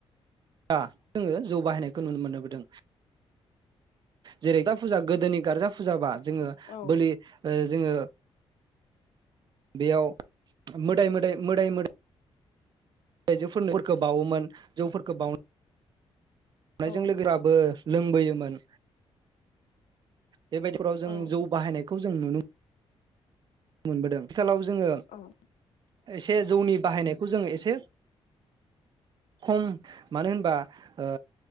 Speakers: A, on the right; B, on the left.
A: दा। जोङो जौ बाहायनायखौ नुनो मोनबोदों। जेरै फुजा गोदोनि गारजा फुजाबा। जोङो
B: औ
A: बोलि ओ जोङो बेयाव मोदाय मोदाय मोदाय मोदाय आइजोफोरनो फोरखौ बावोमोन जौफोरखौ बावनो हमनायजों
B: औ
A: लोगोफोराबो लोंबोयोमोन। बेबायदिफोराव जों
B: औ
A: जौ बाहायनायखौ खौ जों नुनो मोनबोदों। थिखालाव जोङो
B: औ
A: एसे जौनि बाहायनायखौ जोङो एसे खम मानो होनबा ओ